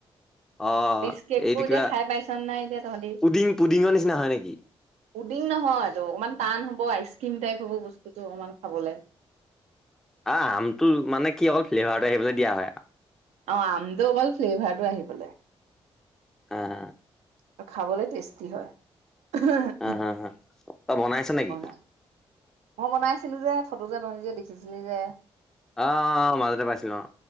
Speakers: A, in the centre; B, on the right.
A: অ
B: চিজ কেকবোৰ
A: এইটো কিবা
B: এতিয়া খাই পাইছনে নাই এতিয়া তহঁতি?
A: পুডিং পুডিঙৰ নিচিনা হয় নেকি
B: উদিং নহয় এইটো অকণমান টান হ'ব আইচক্ৰীম টাইপ হ'ব বস্তুটোতো অকমান খাবলে।
A: আ-আমটো মানে কি অলপ ফ্লেভাৰত আহিবলৈ দিয়া হয়।
B: অ আমটো অকল ফ্লেভাৰটো আহিবলৈ।
A: অহ
B: আৰু খাবলৈ টেষ্টি হয়।
A: হা হা হা। তই বনাইছ নেকি
B: মই বনাইছিলো যে, ফটো যে তহঁতি যে দেখিছিলি যে।
A: অ মাজতে পাইছিলো অ।